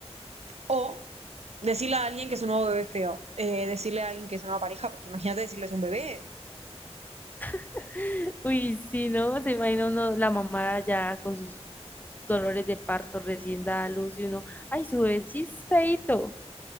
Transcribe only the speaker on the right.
o decirle a alguien que su nuevo bebé es feo. Eh, decirle a alguien que es una nueva pareja, porque imagínate decirles un bebé.